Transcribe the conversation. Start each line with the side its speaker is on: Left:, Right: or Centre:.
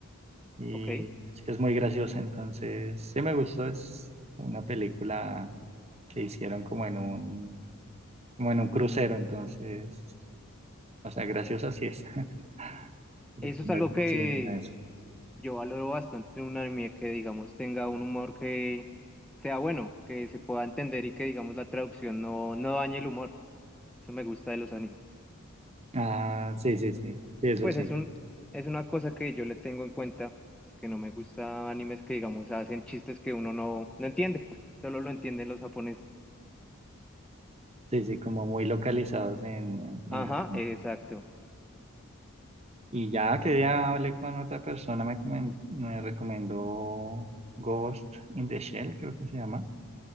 Right: y
Centre: ok.
Right: es que es muy graciosa, entonces sí me gustó, es una película que hicieron como en un, como en un crucero, entonces, o sea, graciosa sí es. <laughs> Pero
Centre: Eso
Right: pues
Centre: es
Right: no
Centre: algo
Right: es ficción
Centre: que
Right: ni nada de eso.
Centre: yo valoro bastante en un anime que, digamos, tenga un humor que sea bueno, que se pueda entender y que, digamos, la traducción no, no dañe el humor. Eso me gusta de los animes.
Right: Ah, sí, sí, sí, sí, eso
Centre: Pues
Right: sí.
Centre: es un, es una cosa que yo le tengo en cuenta, porque no me gusta animes que, digamos, hacen chistes que uno no, no entiende, solo lo entienden los japoneses.
Right: Sí, sí, como muy localizados en,
Centre: Ajá,
Right: en Japón.
Centre: exacto.
Right: Y ya que ya hablé con otra persona, me, comen- me recomendó Ghost in the Shell, creo que se llama.